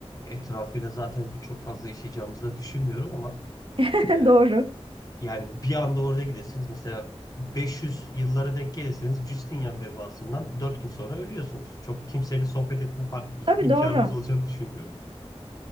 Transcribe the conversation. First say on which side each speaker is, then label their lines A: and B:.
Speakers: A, on the left (about 35°); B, on the right (about 55°).
A: etrafıyla zaten çok fazla yaşayacağımızı da düşünmüyorum ama
B: <laughs>
A: e,
B: Doğru.
A: Yani bir anda orada gidesiniz. Mesela 500 yıllara denk gelirseniz Justinian vebasından 4 gün sonra ölüyorsunuz. Çok kimseyle sohbet etme fark,
B: Tabii
A: imkanınız
B: doğru.
A: olacağını düşünmüyorum.